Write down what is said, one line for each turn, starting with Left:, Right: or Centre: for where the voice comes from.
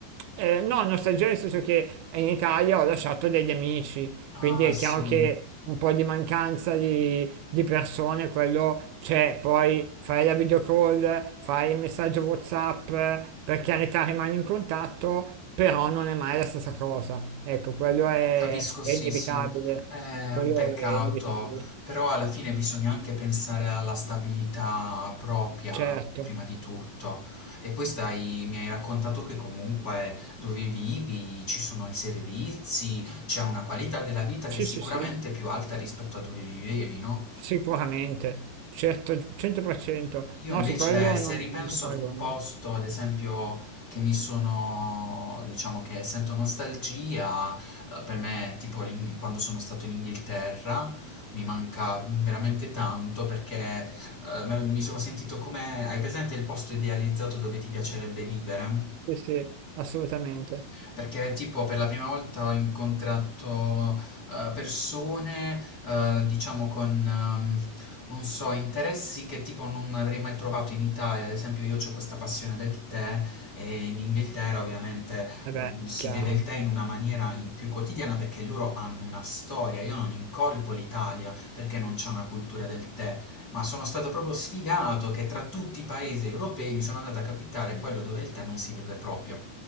Right: Eh, no, nostalgia nel senso che in Italia ho lasciato degli amici,
Left: Ah,
Right: quindi è
Left: sì.
Right: chiaro che un po' di mancanza di, di persone, quello c'è, poi fai la video call, fai il messaggio WhatsApp, eh, per carità rimani in contatto, però non è mai la stessa cosa. Ecco, quello è,
Left: Capisco, sì,
Right: è inevitabile,
Left: sì, è
Right: quello
Left: un peccato,
Right: è inevitabile,
Left: però alla fine bisogna anche pensare alla stabilità propria,
Right: certo.
Left: prima di tutto. E poi stai, mi hai raccontato che comunque dove vivi ci sono i servizi, c'è una qualità della vita
Right: Sì,
Left: che è sicuramente
Right: sì, sì,
Left: più alta rispetto a dove vivevi, no?
Right: sicuramente, certo, 100%,
Left: Io
Right: no,
Left: invece,
Right: su quello
Left: se
Right: non,
Left: ripenso
Right: non si paragona.
Left: ad un posto, ad esempio, che mi sono, diciamo che sento nostalgia, eh, per me, tipo l'Ing- quando sono stato in Inghilterra, mi manca veramente tanto perché eh, me- mi sono sentito come, hai presente il posto idealizzato dove ti piacerebbe vivere?
Right: Sì, sì, assolutamente.
Left: Perché tipo per la prima volta ho incontrato eh, persone, eh, diciamo con, ehm, non so, interessi che tipo non avrei mai trovato in Italia. Ad esempio io ho questa passione del tè e in Inghilterra ovviamente
Right: Eh
Left: ehm,
Right: beh,
Left: si
Right: chiaro.
Left: beve il tè in una maniera in- più quotidiana perché loro hanno una storia. Io non incolpo l'Italia perché non c'è una cultura del tè. Ma sono stato proprio sfigato che tra tutti i paesi europei mi sono andato a capitare quello dove il tè non si beve proprio.